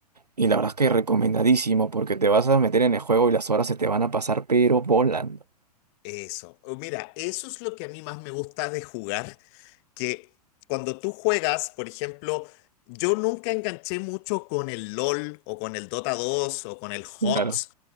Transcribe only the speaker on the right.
Y la verdad es que recomendadísimo porque te vas a meter en el juego y las horas se te van a pasar, pero volando.
Mm. Claro.